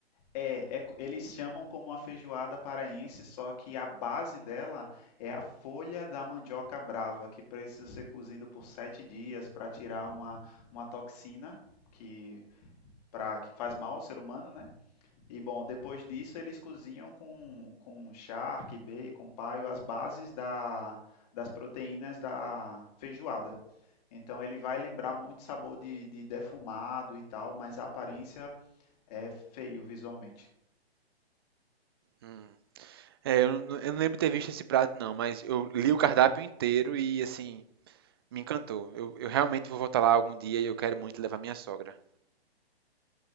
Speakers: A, on the left; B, on the right.
A: É, é co- eles chamam como a feijoada paraense, só que a base dela é a folha da mandioca brava, que precisa ser cozido por sete dias para tirar uma, uma toxina que, pra, que faz mal ao ser humano, né? E bom, depois disso eles cozinham com, com charque, bacon, paio, as bases da, das proteínas da feijoada. Então ele vai lembrar muito sabor de, de defumado e tal, mas a aparência é feio visualmente.
B: Hum. É, eu, não- eu não lembro de ter visto esse prato, não, mas eu li o cardápio inteiro e, assim, me encantou. Eu, eu realmente vou voltar lá algum dia e eu quero muito levar minha sogra.